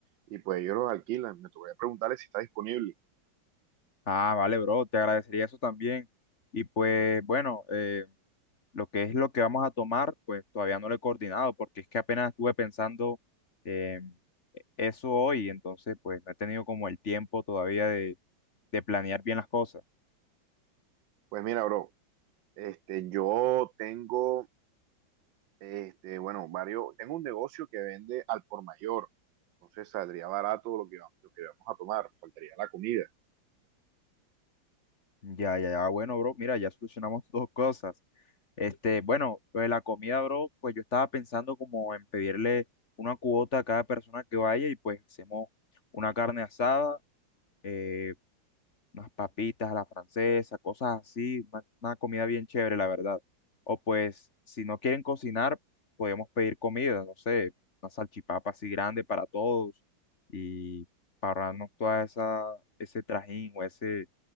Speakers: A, on the right (about 75°); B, on the left (about 40°).
A: y pues ellos los alquilan. Me tocaría preguntarle si está disponible.
B: Ah, vale, bro, te agradecería eso también. Y pues bueno, eh, lo que es lo que vamos a tomar, pues todavía no lo he coordinado porque es que apenas estuve pensando eh, eso hoy, entonces pues no he tenido como el tiempo todavía de, de planear bien las cosas.
A: Pues mira, bro, este, yo tengo... Este, bueno, varios, tengo un negocio que vende al por mayor, entonces saldría barato lo que, va- lo que vamos a tomar, faltaría la comida.
B: Ya, ya, ya, bueno, bro, mira, ya solucionamos <laughs> dos cosas. Este, bueno, lo de la comida, bro, pues yo estaba pensando como en pedirle una cuota a cada persona que vaya y pues hacemos una carne asada. eh, unas papitas a la francesa, cosas así, una, una comida bien chévere, la verdad. O pues, si no quieren cocinar, podemos pedir comida, no sé, una salchipapa así grande para todos y para ahorrarnos toda esa, ese trajín o ese